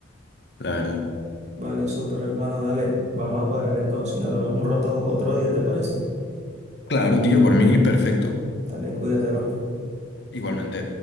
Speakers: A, on the left; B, on the right.
A: la verdad.
B: Vale, súper, hermano, dale, vamos a cuadrar entonces y hablamos un rato otro día, ¿te parece?
A: Claro, tío, por mí perfecto.
B: Dale, cuídate, bro.
A: Igualmente.